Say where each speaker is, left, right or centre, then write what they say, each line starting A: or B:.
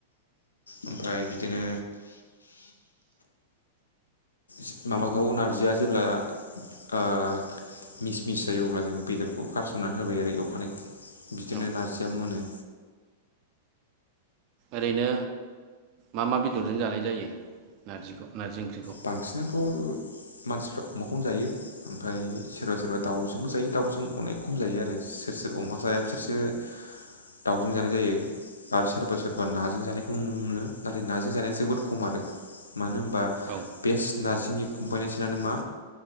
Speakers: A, on the left (about 80°); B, on the right (about 40°).
A: ओमफ्राय बिदिनो <inaudible> खौ नारजिया जेब्ला आ मिस मिस जायो अब्ला जों बेदरखौ गारसननानै होबाय आरो एवखानायखौ बिदिनो
B: औ
A: नारजिया मोनो
B: ओरैनो मा मा बेदरजों जानाय जायो नारजिखौ नारजि ओंख्रि
A: बांसिनाथ' मानसिफ्रा अमाखौनो जायो ओमफ्राय सोरबा सोरबा दाउजोंबो जायो दाउजों अनेक खम जायो आरो सोर सोर अमा जाया बिसोरसो दाावजों जानाय जायो आरो सोरबा सोरबा नाजों जानायखौ नुनो मोनो नाथाय नाजों जानाया जोबोद खम आरो मानो होनबा
B: औ
A: बेस्ट नार्जिनि कम्बाइनेसनानो मा